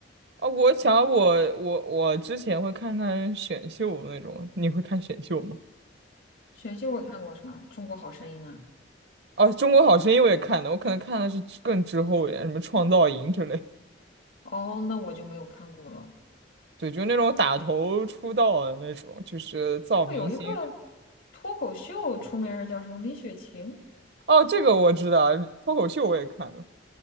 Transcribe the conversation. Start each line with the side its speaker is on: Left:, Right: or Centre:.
Right: 啊！我想我我我之前会看看选秀那种，你会看选秀吗？
Left: 选秀我看过什么《中国好声音》啊？
Right: 啊，《中国好声音》我也看的，我可能看的是之更滞后一点，什么创造营之类
Left: 哦，那我就没有看过了。
Right: 对，就那种打头出道的那种，就是造明星。
Left: 那个有一个脱口秀出名儿叫什么李雪琴，
Right: 哦，这个我知道，脱口秀我也看了。